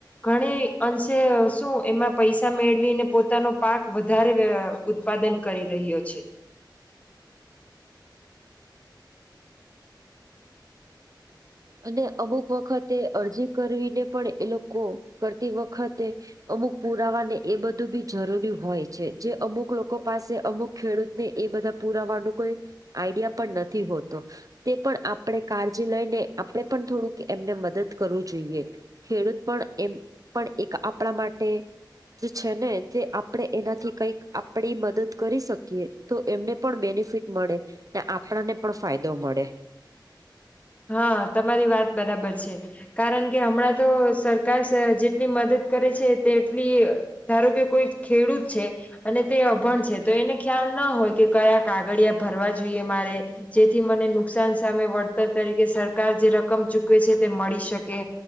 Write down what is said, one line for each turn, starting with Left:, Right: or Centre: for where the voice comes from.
Left: ઘણી અંશે શું એમાં પૈસા તે મેળવી ને પોતાનો પાક વધારે ઉત્પાદન કરી રહ્યો છે
Right: અને અમુક વખતે અરજી કરવીને પણ એ લોકો કરતી વખતે અમુક પુરાવાને એ બધું બી જરૂરી હોય છે જે અમુક લોકો પાસે અમુક ખેડૂત ને એ બધા પુરાવાનું કોઈ આઈડિયા પણ નથી હોતો તે પણ આપણે કાજીે લઈને આપણે પણ થોડુંક એમને મદદ કરવું જોઈએ ખેડૂત પણ એમ પણ એક આપણા માટે જે છે ને જે આપણે એનાથી કઈક આપડી મદદ કરી શકીએ તો એમને પણ બેનિફિટ મળે ને આપણને પણ ફાયદો મળે
Left: હા તમારી વાત બરાબર છે કારણ કે હમણાં તો સરકાર જેટલી મદદ કરે છે તેટલી ધારું કે કોઈ ખેડૂત છે અને તે અભણ છે તો એને ખ્યાલ ના હોય કે કયા કાગળિયા ભરવા જોઈએ મારે જેથી મને નુકસાન સામે વળતર તરીકે સરકાર જે રકમ ચૂકવે છે તે મળી શકે